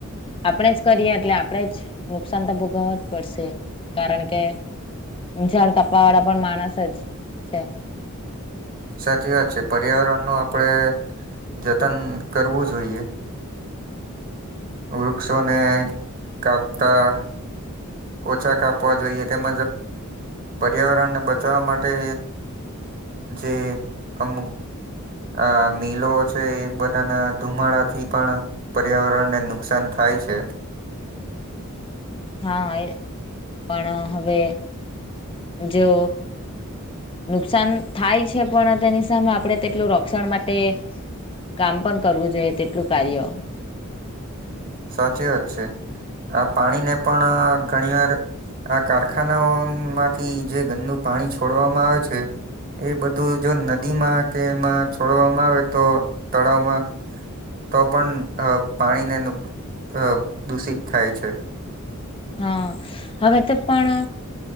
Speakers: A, on the left; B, on the right.
A: આપણેે જ કરીએ, એટલે આપણેે જ નુકસાન તો ભોગવવા જ પડશે, કારણ કે ઝાડ કાપવા વાળા પણ માણસ જ છે.
B: સાચી વાત છે, પર્યાવરણ નું આપડે જતન કરવું જોઈએ. વૃક્ષોને કાપતા. ઓછા કાપવા જોઈએ, તેમજ પર્યાવરણને બચાવવા માટે જે અમુક આ મિલો છે, એ બધાના ધુમાડા થી પણ પર્યાવરણ ને નુકસાન થાય છે.
A: હા, એ પણ હવે જો નુકસાન થાય છે, પણ તેની સામે આપણે તેટલું રક્ષણ માટે કામ પન કરવું જોઈએ તેટલું કાર્ય
B: સાચી વાત છે. આ પાણીને પણ ઘણી વાર આ કારખાનાઓમાંથી જે ગંદુંનું પાણી છોડવામાં આવે છે ઈ બધું જો નદીમાં કે એમાં છોડવામાં આવે તો તળાવમાં તો પણ પાણીને નુક અહ દૂષિત થાય છે.
A: હા. હવે તો પણ